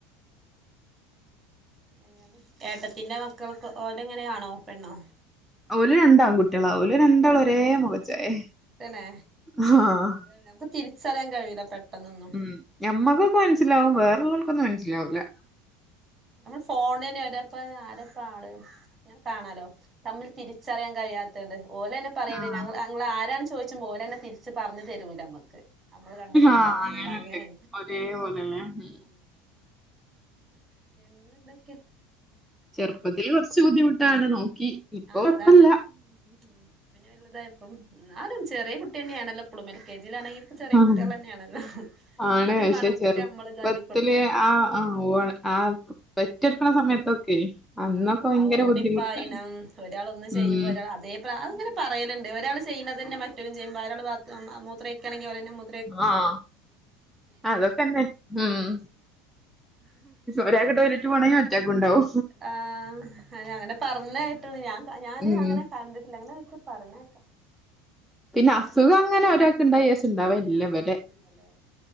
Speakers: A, on the right; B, in the centre.
A: ഏഹ് ഏട്ടത്തിന്റെ മക്കൾക്ക് ഓലങ്ങനെ ആണോ? പെണ്ണോ?
B: ഓല് രണ്ടാങ്കുട്ട്യോളാ ഓല് രണ്ടാളും ഒരേ മുഖച്ചായേ
A: തെന്നെ
B: ആഹ്
A: ഞമുക്ക് തിരിച്ചറിയൻ കഴിയൂല പെട്ടെന്നെന്നും
B: ഉം ഞമ്മക്കൊക്കെ മനസ്സിലാവും വേറെള്ളോൽക്കൊന്നും
A: ആഹ്
B: മനസ്സിലാവൂല്ല
A: നമ്മൾ ഫോണെന്നെ ഒരെപ്പ ആരാപ്പാള്? ഇങ്ങനെ കാണാലോ തമ്മിൽ തിരിച്ചറിയാൻ കഴിയാത്തത് ഓലെന്നെ പറയേണ്ടി
B: ആഹ്
A: ഞ ഞങ്ങളാരാണ് ചോദിച്ചുബോലെന്നെ തിരിച്ച് പറഞ്ഞു തരൂലമ്മക്ക് നമ്മള് കണ്ടുപിടിക്കാൻ
B: ആഹ്
A: പറഞ്ഞണ്ടാങ്ങനെ
B: അങ്ങനെണ്ട് ഒരേ പോലെല്ലേ ഉം
A: <inaudible> പിന്നെന്തൊക്കാ?
B: ചെറുപ്പത്തിൽ കൊറച്ച് ബുദ്ധിമുട്ടാണ് നോക്കി ഇപ്പൊ
A: ആ
B: കൊഴപ്പല്ല
A: അതാണ് ഉം പിന്നെ വല്ലുതായപ്പം എന്നാലും ചെറിയ കുട്ടി ട്ട്യെന്നാണല്ലേ ഇപ്പോളും എൽ കെ ജി ആണെങ്കിലും ഇപ്പോ ചെറിയ കുട്ടികളെന്നെയാണല്ലോ
B: ഉം ആണ്.
A: എന്നാലും
B: പക്ഷെ
A: വാണം ഒക്കെ
B: ചെറുപ്പത്തില്
A: നമ്മൾ ഇതാക്കി കൊടുക്കാ
B: ആ ആ ഓ ആ പെറ്റെട്ക്കണ സമയത്തൊക്കെ അന്നൊക്കെ
A: ആഹ്
B: ഭയങ്കര
A: ആ ഓടിപ്പായണം
B: ബുദ്ധിമുട്ടാണ്.
A: മം ഒരാൾ ഒന്ന് ചെയ്യുമ്പോ
B: ഉം.
A: ഒരാൾ അതേപ അതിങ്ങനെ പറയലുണ്ട് ഒരാൾ ചെയ്യണതെന്നെ മറ്റോലും ചെയ്യും വേറൊരാൾ ബാത്ത് മൂത്രയിക്കാണെങ്കിൽ ഓലെന്നെ മൂ
B: ആഹ് അതൊക്കെന്നെ ഉം ഒരാക്ക് ടോയിലറ്റ് പോണെങ്കിൽ മാ റ്റാക്കും ഉണ്ടാവും
A: ആ അങ്ങനെ പറഞ്ഞെട്ട്‌ണ് ഞാൻ ഞാന്
B: ഉം.
A: അങ്ങനെ കണ്ടിട്ടില്ല അങ്ങനെ ഒരിക്കെ പറഞ്ഞേട്ടണ്
B: പിന്നെ അസുഖങ്ങെനെ ഒരാക്കെണ്ടായാച്ചെ ഉണ്ടാവെല്ലാ ഇവൽ
A: ഇല്ലെ